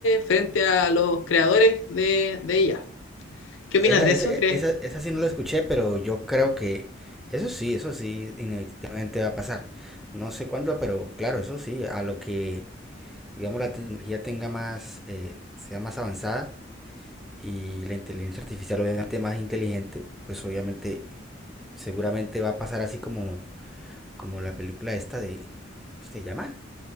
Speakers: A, on the left; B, in the centre.
A: frente a los creadores de, de ella. ¿Qué opinas
B: Esa,
A: de
B: esa,
A: eso, crees?
B: esa, esa sí no lo escuché, pero yo creo que eso sí, eso sí, inevitablemente va a pasar. No sé cuándo, pero claro, eso sí, a lo que, digamos, la tecnología tenga más, eh, sea más avanzada y la inteligencia artificial obviamente más inteligente, pues obviamente, seguramente va a pasar así como, como la película esta de, ¿cómo se llama?